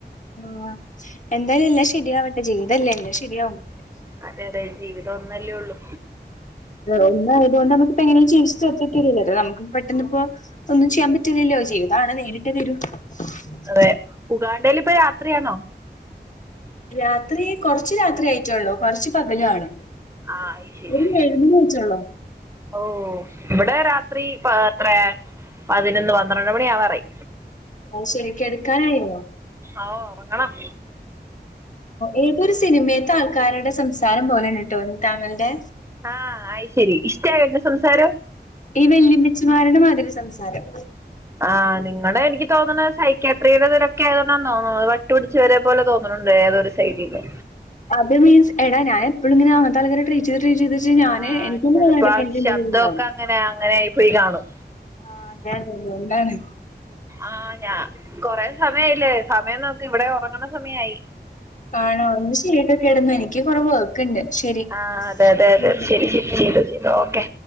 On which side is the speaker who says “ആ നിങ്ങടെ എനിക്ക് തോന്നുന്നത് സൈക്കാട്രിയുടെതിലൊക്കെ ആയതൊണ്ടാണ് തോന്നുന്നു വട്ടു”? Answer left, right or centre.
Right